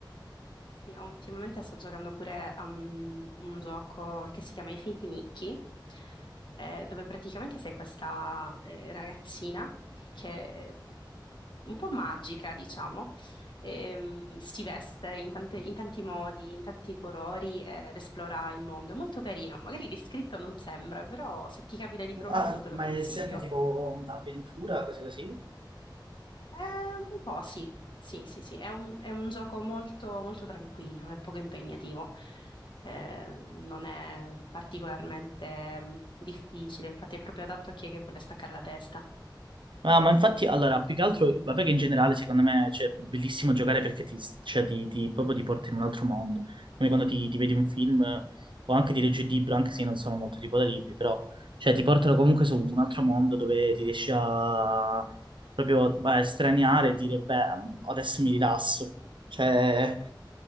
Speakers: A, on the left (about 70°); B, on the right (about 80°).
A: Sì, ultimamente sto giocando pure a un, un gioco che si chiama Infinity Nikki, eh, dove praticamente sei questa eh, ragazzina che è un po' magica, diciamo, ehm, si veste in tante- in tanti modi, in tanti colori eh, ed esplora il mondo. È molto carino, magari descritto non sembra, però se ti capita di provarlo
B: Ah,
A: te
B: ma
A: lo consiglio.
B: è sempre tipo avventura, cose così?
A: Eh, un po' sì, sì, sì, sì. È un, è un gioco molto, molto tranquillo, è poco impegnativo, Eh, non è particolarmente mm, difficile, infatti è proprio adatto a chi è che vuole staccare la testa.
B: Ah, ma infatti, allora, più che altro, vabbè che in generale secondo me cioè, è bellissimo giocare perché ti, cioè, ti- ti- proprio ti porta in un altro mondo, come quando ti, ti vedi un film eh, o anche ti leggi un libro, anche se io non sono molto tipo da libri, però cioè, ti portano comunque su un altro mondo dove ti riesci a proprio a estraniare e dire, beh, adesso mi rilasso. Cioè,